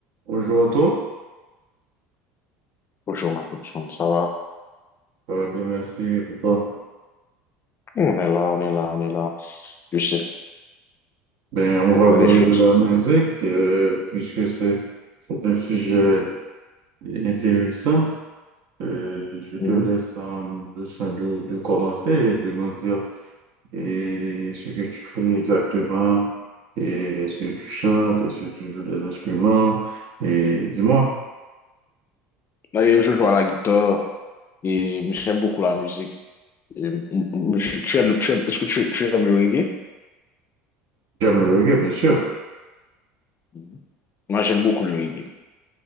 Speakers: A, on the right; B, on the left.
A: Bonjour à toi.
B: Bonjour, ma personne, ça va?
A: Ça va bien, merci. pour toi.
B: On est là, on est là, on est là. Je sais,
A: Ben, on
B: on
A: va
B: prend
A: parler
B: les choses.
A: de la musique, euh, puisque c'est, c'est un sujet intéressant. Euh, je te
B: Mhm.
A: laisse euh, le soin de, de commencer et de nous dire et ce que tu fais exactement, et est-ce que tu chantes, est-ce que tu joues des instruments, et dis-moi.
B: Et je joue à la guitare et j'aime beaucoup la musique. Et, mm, mm, je- tu aimes, tu aimes- est-ce que tu, tu aimes le reggae?
A: J'aime le reggae, bien sûr.
B: Mhm. Moi, j'aime beaucoup le reggae.